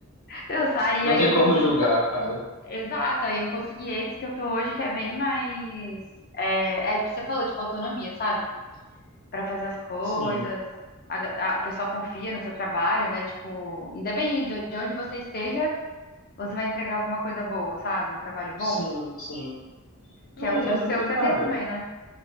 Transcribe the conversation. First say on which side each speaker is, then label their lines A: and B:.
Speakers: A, on the left (about 45°); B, on the left (about 75°).
A: Eu saí,
B: Não
A: aí
B: tem
A: eu
B: como
A: consegui.
B: julgar, cara.
A: Exato, aí eu consegui esse que eu tô hoje, que é bem mais. É, é o que você falou, tipo, autonomia, sabe? Pra fazer as coisas.
B: Sim,
A: A, ga- a- o pessoal confia no seu trabalho, né? Tipo, independente do- de onde você esteja, você vai entregar alguma coisa boa, sabe? Um trabalho bom,
B: sim, sim. Não,
A: que é o que
B: é
A: o
B: porque,
A: seu fazia
B: cara,
A: também, né?